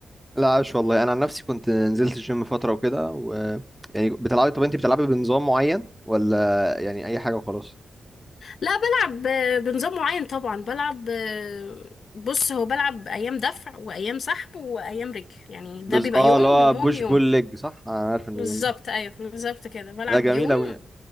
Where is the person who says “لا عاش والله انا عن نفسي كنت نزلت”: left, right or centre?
Centre